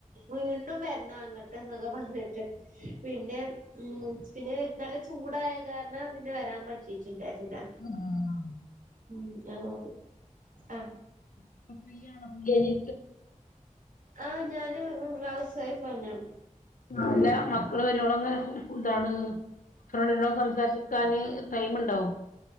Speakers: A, on the right (about 75°); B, on the left (about 80°).
A: വീണ്ടും വരണം അങ്ങോട്ട് എന്നൊക്കെ പറഞ്ഞിട്ട് പിന്നെ ഉം പിന്നെ നല്ല ചൂടായ കാരണം പിന്നെ വരാൻ പറ്റിട്ടുണ്ടായിരു ന്നില്ല
B: ആഹ് ആഹ്
A: ഉം ആഹ് ആ
B: ഇപ്പൊ ഫ്രീയാണോ പുള്ളി
A: ആഹ് ഞാന് ഹൗസ് വൈഫ് തന്നാണ്
B: ല്ല മക്കള് വരുവോളങ്ങക്ക് കൂട്ടാണ് ഫ്രണ്ട്നോട് സംസാരിച്ചിക്കാന് ടൈമുണ്ടോ